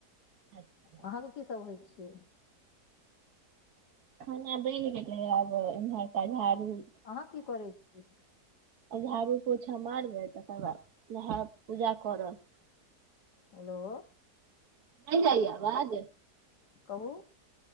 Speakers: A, on the right (about 70°); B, on the left (about 80°).
A: अच्छा
B: अहाँके की सभ होइ छियै
A: खाना बैन गेलअइ आब घर केझाड़ू
B: अहाँ की करै छीयै
A: झाड़ू पोछा मारबै तकर बाद नहा पूजा करब
B: हेलो
A: नहि जाइये आवाज
B: कहू